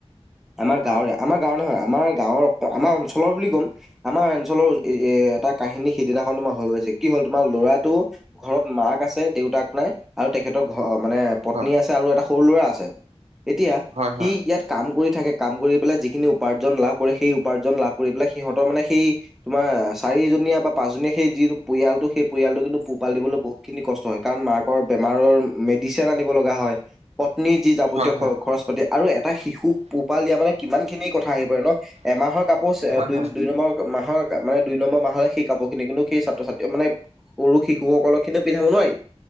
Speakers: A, in the centre; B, on the right.
A: আমাৰ
B: হয়
A: গাঁৱৰে আমাৰ গাঁৱৰ নহয় আমাৰ গাঁৱৰ আমাৰ অঞ্চলৰ বুলি ক'ম। আমাৰ অঞ্চলৰ এ, এ এটা কাহিনী সিদিনাখন তোমাৰ হৈ গৈছে কি হল তোমাৰ ল'ৰাটো ঘৰত মাক আছে, দেউতাক নাই আৰু তেখেতৰ ঘৰ মানে পত্নী
B: হয়
A: আছে, আৰু এটা সৰু ল'ৰা আছে এতিয়া
B: হয়
A: সি
B: হয়
A: ইয়াত কাম কৰি থাকে কাম কৰি পেলাই যিখিনি উপাৰ্জন লাভ কৰে সেই উপাৰ্জন লাভ কৰি পেলাই সিহঁতৰ মানে সেই তোমাৰ চাৰিজনীয়া বা পাঁচজনীয়া সেই যি পৰিয়ালটো সেই পৰিয়ালটো কিন্তু পোহ পাল দিবলৈ বহুত খিনি কষ্ট হয় কাৰণ মাকৰ বেমাৰৰ মেডিচিন আনিব লগা হয় পত্নীৰ যি যাৱতীয়
B: হয় হয়
A: খৰচ পাতি আৰু এটা শিশুক পোহপাল দিয়া মানে কিমান খিনি কথা আহি পৰে ন এমাহৰ কাপোৰ
B: হয়
A: দুই
B: হয়
A: দুই নম্বৰ মাহৰ মানে, দুই নম্বৰ মাহলৈ সেই কাপোৰখিনি কিন্তু সেই ছাত্ৰ ছাত্ৰীয়ে মানে সৰু শিশুসকলক কিন্ত পিন্ধাব নোৱাৰি।